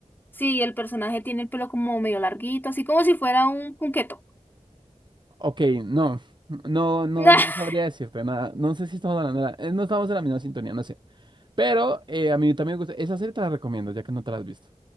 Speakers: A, on the left; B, on the right.
A: Sí, el personaje tiene el pelo como medio larguito, así como si fuera un punqueto.
B: Ok, no, no, no,
A: <laughs>
B: no sabría decirte nada. No sé si estamos hablando de la- eh, no estamos en la misma sintonía, no sé. Pero eh, a mí también me gusta. Esa serie te la recomiendo, ya que no te la has visto.